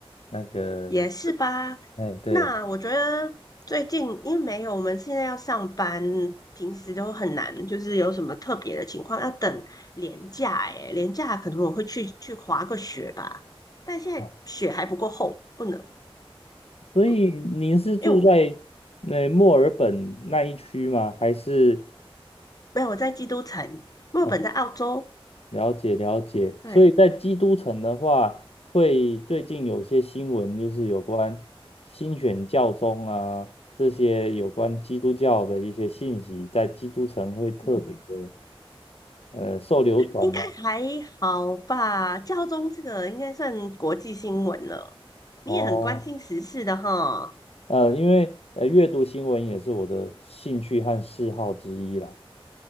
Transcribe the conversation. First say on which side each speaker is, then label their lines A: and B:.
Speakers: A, on the left; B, on the left.
A: 那个
B: 也是吧。
A: 哎对，
B: 那我觉得最近因为没有，我们现在要上班，平时都很难，就是有什么特别的情况要等年假。诶，年假可能我会去去滑个雪吧，但现在雪还不够厚，
A: 哦
B: 不能。
A: 所以您是住在那墨尔本那一区吗？
B: 嗯，因为我
A: 还是？
B: 没有我在基督城，墨尔本在澳洲。
A: 哦了解了解，
B: 对。
A: 所以在基督城的话，会最近有些新闻就是有关新选教宗啊，这些有关基督教的一些信息，在基督城会特别的
B: 嗯，
A: 呃受流传嘛。
B: 应该还好吧？教宗这个应该算国际新闻了，你也很关心时事的哈。
A: 哦，呃，因为呃阅读新闻也是我的兴趣和嗜好之一啦。